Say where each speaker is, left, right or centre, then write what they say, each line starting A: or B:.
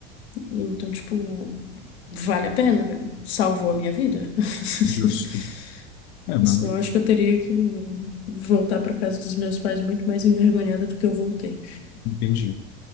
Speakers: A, on the left; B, on the left.
A: Então, tipo, vale a pena, velho. Salvou a minha vida. <laughs>
B: Justo. É, mano.
A: Senão eu acho que eu teria que voltar para casa dos meus pais muito mais envergonhada do que eu voltei.
B: Entendi.